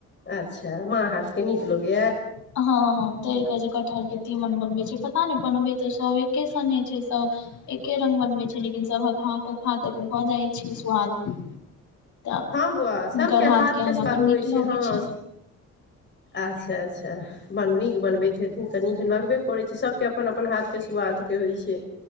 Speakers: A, on the left; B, on the left.
A: अच्छा माँ हाथ के नीक लगैयै
B: हँ हँ तैर के जे कटहर के तीमन बनबे छैय पता नहि बनबे तऽ सब एकेसने छैय सब एके रंग बनबै छैय लेकिन सभक हांथक- हांथक भऽ जाइ छैय स्वाद तऽ
A: हाॅं बौआ
B: हुनकर
A: सबके हाथ के
B: हमरा
A: स्वाद
B: बड
A: होइ
B: नीक
A: छैय
B: लगै
A: हँ
B: छै
A: अच्छा अच्छा बन नीक बनबैत हेथीन तऽ नीक लगबे करैत छै सभके अपन -अपन हाथके सुआदके होइत छै